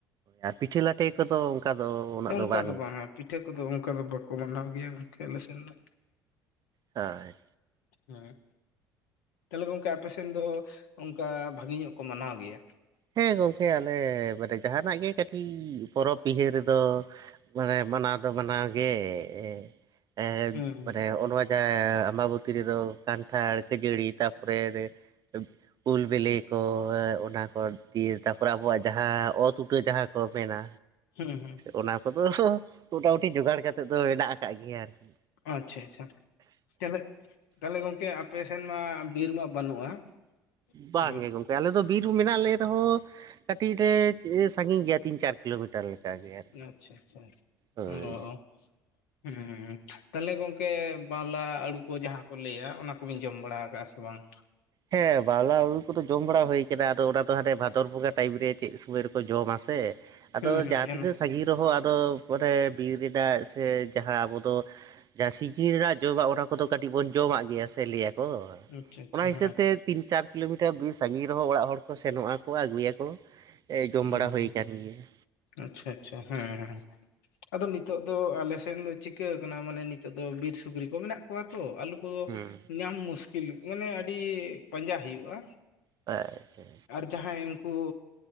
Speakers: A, on the right; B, on the left.
A: ᱟᱨ ᱯᱤᱴᱷᱟᱹ ᱞᱟᱴᱷᱮ ᱠᱚᱫᱚ ᱚᱝ ᱠᱟ ᱫᱚ ᱩᱱᱟᱹᱜ
B: ᱱᱚᱝᱠᱟ
A: ᱵᱟᱝ
B: ᱫᱚ ᱵᱟᱝᱟ ᱯᱤᱴᱷᱟᱹ ᱠᱚᱫᱚ ᱚᱱᱠᱟ ᱫᱚ ᱵᱟᱠᱚ ᱢᱟᱱᱟᱣ ᱜᱮᱭᱟ ᱜᱚᱝᱠᱮ ᱟᱞᱮ ᱥᱮᱱ ᱫᱚ ᱾
A: ᱦᱳᱭ,
B: ᱦᱩᱸ, ᱛᱟᱞᱮ, ᱜᱚᱝᱠᱮ ᱟᱯᱮ ᱥᱮᱱ ᱫᱚ ᱚᱱᱠᱟ ᱵᱷᱟᱹᱜᱮ ᱧᱚᱜ ᱠᱚ ᱢᱟᱱᱟᱣ ᱜᱮᱭᱟ?
A: ᱦᱮᱸ ᱜᱚᱝᱠᱮ ᱟᱞᱮ ᱢᱟᱱᱮ ᱡᱟᱦᱟᱱᱟᱜ ᱜᱮ ᱠᱟᱹᱴᱤᱡ ᱯᱚᱨᱚᱵᱽ ᱯᱤᱦᱟᱹ ᱨᱮᱫᱚ, ᱢᱟᱱᱮ ᱢᱟᱱᱟᱣ ᱫᱚ ᱢᱟᱱᱟᱣ ᱜᱮ, ᱮ <inaudible>
B: ᱦᱩᱸ ᱦᱩᱸ
A: ᱢᱟᱱᱮ ᱚᱼᱱᱟᱣᱟ ᱡᱟᱦᱟᱸ ᱟᱵᱟᱵᱚᱛᱤ ᱨᱮᱫᱚ ᱠᱟᱱᱴᱷᱟᱲ, ᱠᱷᱟᱹᱡᱟᱹᱲᱤ, ᱛᱟᱯᱚᱨᱮ, ᱨᱮ ᱩᱞ ᱵᱮᱞᱮ ᱠᱚ ᱚᱱᱟ ᱠᱚ, ᱛᱤᱨ ᱛᱟᱯᱚᱨᱮ ᱟᱵᱚᱣᱟᱜ ᱡᱟᱦᱟᱸ ᱚᱛ ᱩᱴᱟᱹ ᱡᱟᱦᱟᱸ ᱠᱚ ᱢᱮᱱᱟ,
B: ᱦᱩᱸ ᱦᱩᱸ
A: ᱚᱱᱟ ᱠᱚᱫᱚ ᱢᱳᱴᱟᱢᱩᱴᱤ ᱡᱚᱜᱟᱲ ᱠᱟᱛᱮᱫ ᱫᱚ ᱢᱮᱱᱟᱜ ᱟᱠᱟᱫ ᱜᱮᱭᱟ ᱟᱨᱠᱤ᱾
B: ᱟᱪᱪᱷᱟ ᱟᱪᱪᱷᱟ, ᱛᱮᱢᱮᱜ ᱛᱟᱞᱮ ᱜᱚᱝᱠᱮ ᱟᱯᱮ ᱥᱮᱱ ᱢᱟ ᱵᱤᱨ ᱢᱟ ᱵᱟᱹᱱᱩᱜᱼᱟ᱾
A: ᱵᱟᱝ
B: ᱦᱩᱸ
A: ᱮ ᱜᱚᱝ᱾ ᱟᱞᱮᱫᱚ ᱵᱤᱨ ᱢᱮᱱᱟᱜ ᱞᱮ ᱨᱮᱦᱚᱸ ᱠᱟᱹᱴᱤᱡ ᱞᱮ ᱥᱟᱺᱜᱤᱧ ᱜᱮᱭᱟ ᱛᱤᱱ ᱪᱟᱨ ᱠᱤᱞᱳᱢᱤ ᱴᱟᱨ ᱞᱮᱠᱟᱜᱮ, ᱟᱨᱠᱤ
B: ᱟᱪᱪᱷᱟ ᱟᱪᱪᱷᱟ
A: ᱦᱳᱭ
B: ᱚᱻ <inaudible> ᱛᱟᱞᱮ ᱜᱚᱝᱠᱮ ᱵᱟᱣᱞᱟ ᱟᱹᱲᱩ ᱠᱚ ᱡᱟᱦᱟᱸ ᱠᱚ ᱞᱟᱹᱭᱟ ᱚᱱᱟ ᱠᱚᱵᱤᱱ ᱡᱚᱢ ᱵᱟᱲᱟ ᱟᱠᱟᱜᱼᱟ ᱥᱮ ᱵᱟᱝ?
A: ᱦᱮᱸ ᱵᱟᱣᱞᱟ ᱩᱲᱩ ᱠᱚᱫᱚ ᱡᱚᱢ ᱵᱟᱲᱟ ᱦᱩᱭ ᱠᱟᱱᱟ᱾ᱟᱫᱚ ᱚᱱᱟ ᱫᱚ ᱦᱟ ᱵᱷᱟᱫᱚᱨ ᱵᱚᱸᱜᱟ ᱴᱟᱭᱤᱢ ᱨᱮ ᱪᱮᱫ ᱥᱚᱢᱚᱭ ᱨᱮᱠᱚ ᱡᱚᱢ ᱟᱥᱮ᱾ ᱟᱫᱚ
B: ᱦᱩᱸ
A: ᱡᱟᱦᱟᱸᱛᱤᱱᱟᱹᱜ
B: ᱦᱩᱸ
A: ᱥᱟᱹᱜᱤᱧ ᱨᱮᱦᱚᱸ ᱟᱫᱚ <inaudible> ᱵᱤᱨ ᱨᱤᱱᱟᱜ ᱥᱮ ᱡᱟᱦᱟᱸ ᱟᱵᱚ ᱫᱚ, ᱡᱟᱦᱟᱸ ᱥᱤᱡᱤᱱ ᱨᱮᱱᱟᱜ ᱡᱚᱢᱟᱜ ᱚᱱᱟ ᱠᱚᱫᱚ ᱠᱟᱹᱴᱤᱡ ᱵᱚᱱ ᱡᱚᱢᱟᱜ ᱜᱮᱭᱟ ᱥᱮ, ᱞᱟᱹᱭᱟᱠᱚ
B: ᱟᱪᱪᱷᱟ ᱟᱪᱪᱷᱟ
A: ᱚᱱᱟ ᱦᱤᱥᱟᱹᱵ
B: ᱦᱮᱸ
A: ᱛᱮ ᱛᱤᱱ ᱪᱟᱨ ᱠᱤᱞᱳᱢᱤᱴᱟᱨ ᱵᱤᱨ ᱥᱟᱺᱜᱤᱧ ᱨᱮᱦᱚᱸ ᱚᱲᱟᱜ ᱦᱚᱲ ᱠᱚ ᱥᱮᱱᱚᱜᱼᱟᱠᱚ ᱟᱹᱜᱩᱭᱟᱠᱚ᱾ ᱮᱭ ᱡᱚᱢ
B: ᱦᱩᱸ
A: ᱵᱟᱲᱟ ᱦᱩᱭ ᱟᱠᱟᱱ ᱜᱮᱭᱟ᱾
B: ᱟᱪᱪᱷᱟ, ᱟᱪᱪᱷᱟ, ᱦᱮᱸ ᱦᱮᱸ ᱟᱫᱚ ᱱᱤᱛᱚᱜ ᱫᱚ ᱟᱞᱮ ᱥᱮᱱ ᱫᱚ ᱪᱤᱠᱟ ᱠᱟᱱᱟ ᱢᱟᱱᱮ ᱱᱤᱛᱚᱜ ᱫᱚ ᱵᱤᱨ ᱥᱩᱠᱨᱤ ᱠᱚ ᱢᱮᱱᱟᱜ ᱠᱚᱣᱟ ᱛᱚ᱾ ᱟᱞᱩ ᱩᱱ ᱠᱚ
A: ᱦᱮᱸ
B: ᱧᱟᱢ ᱢᱩᱥᱠᱤᱞ ᱢᱟᱱᱮ ᱟᱹᱰᱤ ᱯᱟᱸᱡᱟ ᱦᱩᱭᱩᱜᱼᱟ᱾
A: ᱟᱪᱪᱷᱟ ᱪᱷᱟ,
B: ᱟᱨ ᱡᱟᱦᱟᱸᱭ ᱩᱱᱠᱩ